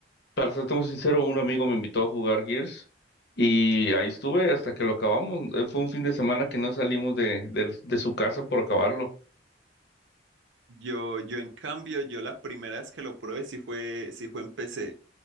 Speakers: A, on the left (about 60°); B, on the right (about 80°).
A: para serte muy sincero, un amigo me invitó a jugar Gears y ahí estuve hasta que lo acabamos. Eh, Fue un fin de semana que no salimos de, de- de su casa por acabarlo.
B: Yo, yo en cambio, yo la primera vez que lo probé sí fue, sí fue en PC.